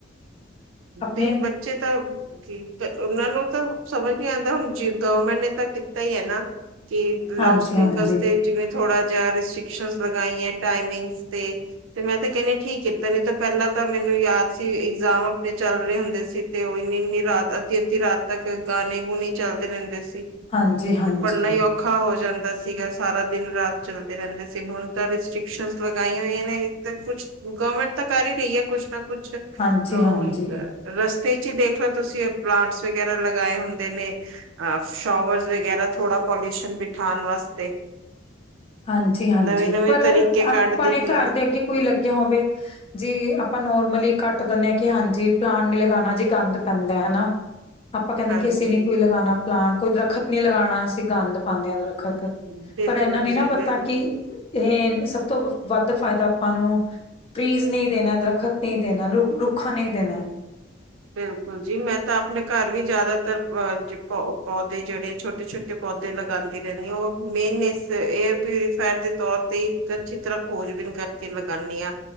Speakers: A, on the right; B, on the left.
A: ਨਹੀਂ
B: ਆਪਣੇ
A: ਬੱਚੇ ਤਾਂ ਕੀ ਉਹਨਾਂ ਨੂੰ ਤਾਂ ਸਮਝ ਨੀ ਆਉਂਦਾ ਹੁਣ ਜਿ। ਗਵਰਮੈਂਟ ਨੇ ਤਾਂ ਕੀਤਾ ਹੀ ਹੈ ਨਾ ਕਿ
B: ਹਾਂਜੀ
A: ਲਾਊਡ ਸਪੀਕਰਸ
B: ਹਾਂਜੀ
A: ਤੇ ਜਿਵੇਂ ਥੋੜ੍ਹਾ। ਰਿਸਟ੍ਰਿਕਸ਼ਨ ਲਗਾਈਆ ਟਾਈਮਿੰਗ ਤੇ ਤੇ ਮੈਂ ਤੇ ਕਹਨੀ ਆ ਠੀਕ ਕੀਤਾ ਨਿਤਾ। ਪਹਿਲਾਂ ਤਾਂ ਮੈਨੂੰ ਯਾਦ ਸੀ ਇਗਜ਼ਾਮ। ਤੇ ਚੱਲ ਰਹੇ ਹੁੰਦੇ ਸੀ ਤੇ ਉਹ ਇੰਨੀ ਇੰਨੀ ਰਾਤ ਅੱਧੀ ਅੱਧੀ ਰਾਤ ਤੱਕ ਗਾਣੇ ਗੂਣੇ ਚੱਲਦੇ ਰਹਿੰਦੇ ਸੀ।
B: ਹਾਂਜੀ ਹਾਂਜੀ ਹਾਂਜੀ
A: ਤੇ ਪੜ੍ਹਨਾ ਹੀ ਔਖਾ ਹੋ ਜਾਂਦਾ। ਸੀਗਾ ਸਾਰਾ ਦਿਨ ਰਾਤ ਚੱਲਦੇ ਰਹਿੰਦੇ ਸੀ ਹੁਣ ਤਾਂ ਰਿਸਟ੍ਰਿਕਸ਼ਨ ਲਗਾਈਆਂ ਹੋਈਆਂ ਨੇ ਕੁਛ। ਗਵਰਮੈਂਟ ਤਾਂ ਕਰ ਹੀ ਰਹੀ ਹੈ ਕੁਛ ਨਾ ਕੁਛ ਹੁਣ।
B: ਹਾਂਜੀ
A: ਰਸਤੇ ਚ ਹੀ ਦੇਖ ਲਓ ਤੁਸੀਂ ਪਲਾਂਟਸ ਵਗੈਰਾ ਲਗਾਏ ਹੁੰਦੇ। ਨੇ ਸ਼ਾਵਰਜ ਵਗੈਰਾ ਥੋੜਾ ਪੋਲਿਊਸ਼ਨ ਬਿਠਾਉਣ ਵਾਸਤੇ।
B: ਹਾਂਜੀ ਹਾਂਜੀ
A: ਨਵੇਂ ਨਵੇਂ
B: ਪਰ
A: ਤਰੀਕੇ
B: ਆਪਣੇ
A: ਕੱਢਦੀ ਪਈ
B: ਘਰ
A: ਹੈ
B: ਦੇ ਅੱਗੇ ਕੋਈ ਲੱਗਿਆ ਹੋਵੇ ਜੇ ਆਪਾਂ। ਆਪ ਨੋਰਮਲੀ ਕੱਟ ਦਿੰਦੇ ਹਾਂ ਕਿ ਹਾਂਜੀ ਪਲਾਂਟ ਨੀ ਲਗਾਉਣਾ ਜੀ ਗੰਦ ਪੈਂਦਾ ਹੈ ਨਾਂ। ਆਪਾਂ ਕਹਿੰਦੇ
A: ਹਾਂਜੀ
B: ਕਿ ਅਸੀਂ ਨੀ ਕੋਈ ਲਗਾਉਣਾ ਪਲਾਂਟ ਕੋਈ ਦਰੱਖ਼ਤ ਨੀ ਲਗਾਉਣਾ ਅਸੀਂ ਗੰਦ ਪਾਉਂਦੇ ਹਾਂ ਦਰਖਤ। ਖਤਾਂ
A: ਹਾਂਜੀ ਬਿਲਕੁਲ
B: ਪਰ ਇਹਨਾ ਨੀ ਨਾ
A: ਜੀ
B: ਪਤਾ
A: ਬਿਲਕੁਲ
B: ਕਿ ਇਹ- ਸਭ ਤੋਂ ਵੱਧ ਫਾਇਦਾ ਆਪਾਂ ਨੂੰ ਫ੍ਰੀਜ਼ ਨਹੀਂ ਦੇਣਾ ਦਰੱਖਤ ਨਹੀਂ ਦੇਣਾ ਰੁ- ਰੁੱਖਾ ਨਹੀਂ ਦੇਣਾ
A: ਹੂੰ ਬਿਲਕੁਲ ਜੀ ਮੈਂ ਤਾਂ ਆਪਣੇ ਘਰ ਵੀ ਜ਼ਿਆਦਾ ਤਰ ਪੌਦੇ ਜਿਹੜੇ ਛੋਟੇ-ਛੋਟੇ ਪੌਦੇ ਲਗਾਂਦੀ ਰਹਿੰਣੀ ਹਾਂ ਉਹ ਮੇਨ ਇਸ ਇਹ ਪਿਊਰੀਫਾਇਰ ਦੇ ਤੌਰ ਤੇ ਅੱਛੀ ਤਰ੍ਹਾਂ ਖੋਜਬੀਨ ਕਰਕੇ ਲਗਾਣੀ ਆ